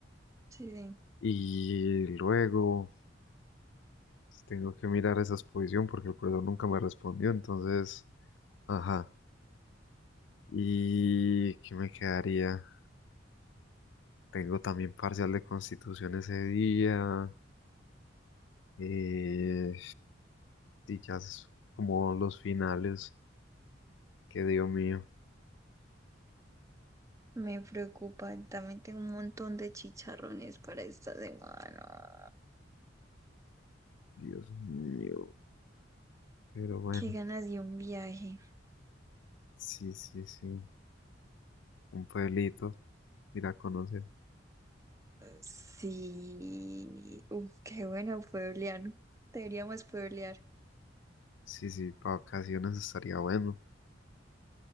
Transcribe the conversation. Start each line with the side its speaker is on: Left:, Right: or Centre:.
Right: <laughs> Sí. sí.
Left: Y luego pues, tengo que mirar esa exposición porque el profesor nunca me respondió, entonces, ajá. ¿Y qué me quedaría? Tengo también parcial de constitución ese día. eh, y ya es como los finales. Que Dios mío,
Right: Me preocupa, también tengo un montón de chicharrones para esta semana.
Left: Dios mío. Pero bueno,
Right: Qué ganas de un viaje.
Left: sí, sí, sí. Un pueblito, ir a conocer.
Right: Sí, Uf, qué bueno pueblear. Deberíamos pueblear,
Left: Sí, sí, para vacaciones estaría bueno.